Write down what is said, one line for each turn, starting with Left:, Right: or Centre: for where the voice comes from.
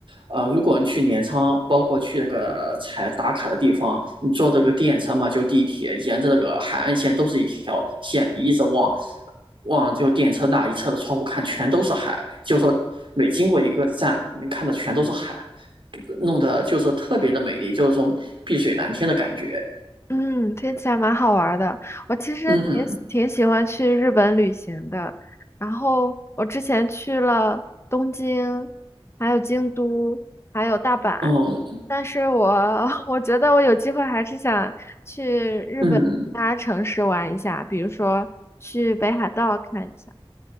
Right: 呃，如果你去镰仓，包括去那个才打卡的地方，你坐这个电车嘛，就地铁，沿着那个海岸线都是一条线，你一直往往就电车那一侧的窗户看，全都是海。就说每经过一个站，你看的全都是海，弄得就是特别的美丽，就是说碧水蓝天的感觉。
Left: 嗯，听起来蛮好玩儿的。我其实挺喜挺喜欢去日本旅行的，
Right: 嗯
Left: 然后我之前去了东京，还有京都，还有大阪。
Right: 嗯
Left: 但是我 <laughs> 我觉得我有机会还是想去日本其他城市玩一下，
Right: 嗯。
Left: 比如说去北海道看一下。